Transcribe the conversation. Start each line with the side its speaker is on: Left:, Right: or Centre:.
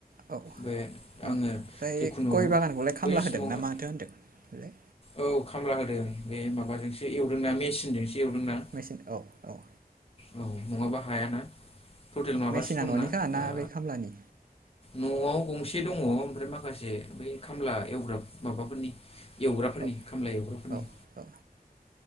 Right: औ ओमफ्राय
Left: बे आङो जिखुनु
Right: गय बागानखौलाय खामला
Left: बै सिमावहाय
Right: होदों ना माथो होनदों इलाय?
Left: औ खामला होदों बे माबाजोंसो एवदोंना मेसिनजोंसो एवदोंना।
Right: मेचिन औ औ।
Left: औ नङाबा हायाना टटेल माबासो
Right: मेसिना
Left: दंना
Right: न'निखा ना
Left: ओ
Right: बे खामलानि?
Left: न'आव गंसे दङ ओमफ्राय माखासे बै खामला एवग्रा माबाफोरनि एवग्राफोरनि
Right: औ
Left: खामला एवग्राफोरनि।
Right: औ औ।